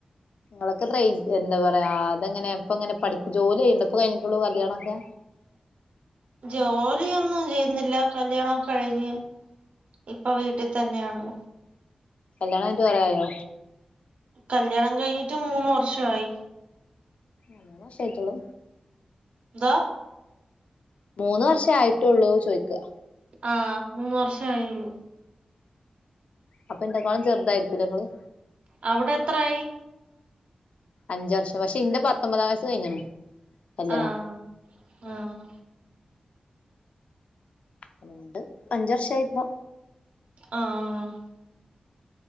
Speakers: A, on the left; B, on the right.
A: നിങ്ങളൊക്കെത്ര എന്താ പറയാ അതെങ്ങനെ ഇപ്പങ്ങനെ പഠിക്ക് ജോലി ചെയ്യണ്ടപ്പൊ ഇപ്പൊ കഴിഞ്ഞട്ടുള്ളൂ കല്യാണൊക്കെ
B: ജോലിയൊന്നും ചെയ്യുന്നില്ല കല്യാണോ കഴിഞ്ഞ് ഇപ്പൊ വീട്ടിത്തന്നെയാണ്
A: കല്യാണായിട്ട് കൊറേ ആയോ?
B: കല്യാണം കഴിഞ്ഞിട്ട് മൂന്ന് വർഷായി
A: ആഹ് മൂന്ന് വർഷായിട്ടൊള്ളു
B: ന്തോ
A: മൂന്ന് വർഷം ആയിട്ടുള്ളൂ ചോയിക്ക
B: ആഹ് മൂന്ന് വർഷേ ആയുള്ളു
A: അപ്പൊ എന്റെക്കാളും ചെറുതായിരിക്കി ല്ലെങ്ങള്
B: അവിടെത്ര ആയി
A: അഞ്ച് വർഷം പക്ഷെ ഇന്റെ പത്തൊമ്പതാം വയസ് കയിഞ്ണ് കല്യാണൊ
B: ആഹ് ആഹ്
A: അതൊണ്ട് അഞ്ച വർഷയി്പ്പോ
B: ആഹ് ആഹ്